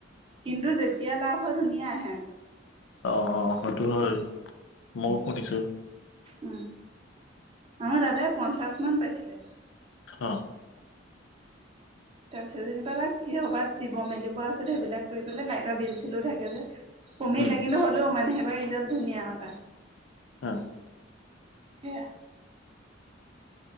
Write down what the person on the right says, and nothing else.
কিন্তু যেতিয়া লাভ হয়, ধুনীয়া আহে আক।
উম, আমাৰ দাদাই পঞ্চাছ মান পাইছিলে এবাৰ।
তাৰপিছত যেনিবা তাক কি হবাত দিব মেলিব আছে সেইবিলাক কৰি পেলাই লাইটৰ বিল চিলো থাকে যে। কমিলে
কিন্তু হ'লেও মানে সেইবাৰ ৰিজাল্ট ধুনীয়া তা।
সেয়া।